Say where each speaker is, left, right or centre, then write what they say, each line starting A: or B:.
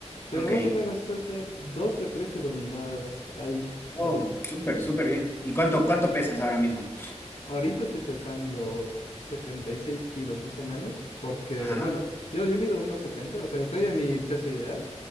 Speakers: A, on the left; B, on the left.
A: pero
B: Ok.
A: más o menos sé hacer 12, 13 dominadas ahí,
B: Oh,
A: al hilo.
B: súper, súper bien. ¿Y cuánto,
A: Sí.
B: cuánto pesas ahora mismo?
A: Ahorita estoy pesando 76 kilos más o menos, porque,
B: Ajá.
A: bueno, yo, yo mido uno setenta, o sea, estoy en mi peso ideal,